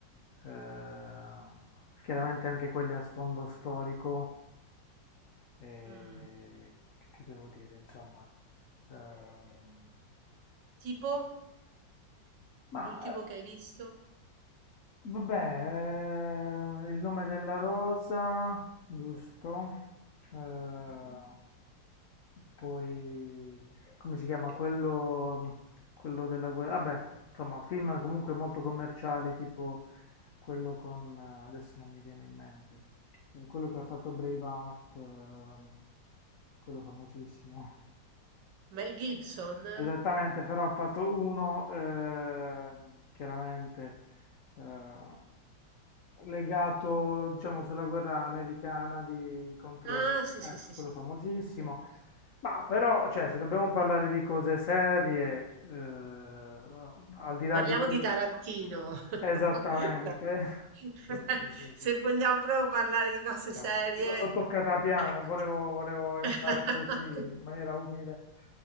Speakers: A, on the left; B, on the right.
A: eh, chiaramente anche quelli a sfondo storico. eh,
B: Mm.
A: che ti devo dire, insomma. Ehm,
B: Tipo
A: ma,
B: l'ultimo
A: ehm
B: che hai visto?
A: Vabbè, eh, il nome della rosa, giusto? Eh,
B: Mm. mm, mm.
A: poi, come si chiama? Quello, quello della guerra. Vabbè, insomma, film comunque molto commerciali, tipo quello con... eh, adesso non mi viene in mente. eh, Quello che ha fatto Braveheart, ehm, quello famosissimo.
B: Mel
A: <laughs>
B: Gibson? eh?
A: Esattamente, però ha fatto uno, ehm, chiaramente eh, legato, diciamo, sulla guerra americana di- contro,
B: Ah, sì,
A: ecco,
B: sì, sì, sì.
A: quello famosissimo.
B: Okay.
A: Ma però, cioè, se dobbiamo parlare di cose serie, eh, al di là
B: Parliamo
A: di que-
B: di Tarantino. <laughs>
A: Esattamente.
B: Dai.
A: <laughs>
B: <laughs>
A: Sì, sì, sì,
B: Se
A: sì.
B: vogliamo proprio parlare di cose
A: Chiaro,
B: serie,
A: l- L'ho toccata piano,
B: ecco.
A: volevo, volevo entrare
B: <laughs>
A: così in maniera umile.